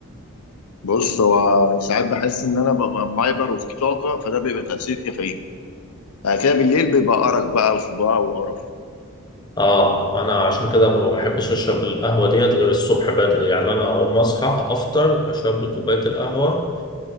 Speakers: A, on the left; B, on the left.
A: بص هو ساعات بحس ان انا ببقى مهايبر وفي طاقة فده بيبقى تأثير كافيين بعد كده بالليل بيبقى أرق بقى وصداع وقرف
B: آه أنا عشان كده ما بحبش أشرب القهوة ديت غير الصبح بدري يعني أنا أقوم أصحى أفطر أشرب لي كوباية القهوة